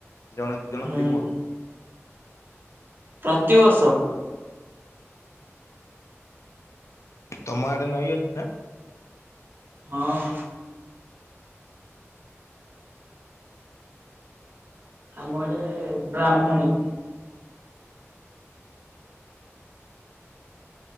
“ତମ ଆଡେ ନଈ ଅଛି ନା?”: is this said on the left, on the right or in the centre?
Left